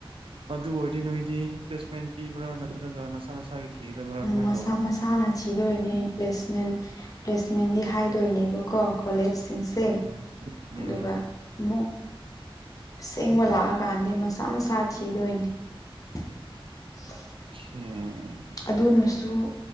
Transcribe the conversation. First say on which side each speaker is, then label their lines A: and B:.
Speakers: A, on the right; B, on the left.
A: ꯑꯗꯨ ꯑꯣꯏꯔꯗꯤ ꯅꯣꯏꯗꯤ ꯄ꯭ꯂꯦꯁꯃꯦꯟ ꯄꯤꯕ꯭ꯔꯥ ꯅꯠꯇ꯭ꯔꯒ ꯅꯁꯥ ꯅꯁꯥꯒꯤ ꯊꯤꯒꯗꯕ꯭ꯔꯥ ꯀꯃꯥꯏꯅ
B: ꯃꯁꯥ
A: ꯇꯧꯕ꯭ꯔꯣ
B: ꯃꯁꯥꯅ ꯁꯤꯤꯗꯣꯏꯅꯦ ꯄ꯭ꯂꯦꯁꯃꯦꯟ ꯄ꯭ꯂꯦꯁꯃꯦꯟꯗꯤ ꯍꯥꯏꯗꯣꯏꯅꯦꯕꯀꯣ ꯀꯣꯂꯦꯖ ꯁꯤꯡꯁꯦ
A: ꯎꯝ ꯎꯝ
B: ꯑꯗꯨꯒ ꯑꯃꯨꯛ ꯁꯦꯡꯕ ꯂꯥꯛꯑꯀꯥꯟꯗꯤ ꯃꯁꯥ ꯃꯁꯥ ꯊꯤꯗꯣꯏꯅꯦ <unintelligible>
A: ꯑ
B: ꯑꯗꯨꯅꯁꯨ